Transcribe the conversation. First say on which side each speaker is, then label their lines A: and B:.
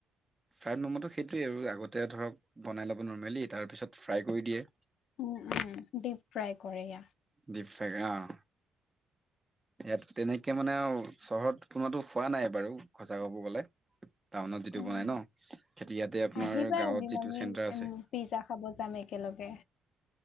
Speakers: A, on the right; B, on the left.
A: ফ্ৰাইড মম'টো সেইটোৱেই আৰু আগতে ধৰ বনাই লব নেলি তাৰপিছ ফ্ৰাই কৰি দিয়ে।
B: উম উম ডিপ ফ্ৰাই কৰো।
A: দেক আহ, ইয়াত তেনেকে মানে আৰু চহৰত কোনোবাতো হোৱা নাই বাৰু সচা ঘৰ গলে টাউনত যিটো
B: অ',
A: বনাই ন খেতি ইয়াতে আপোনাৰ
B: আহিবা
A: গাঁৱত
B: এদিন
A: যিটো
B: আমি
A: চেণ্টাৰ আছে।
B: উম, পিজ্জা খাব যাম একেলগে।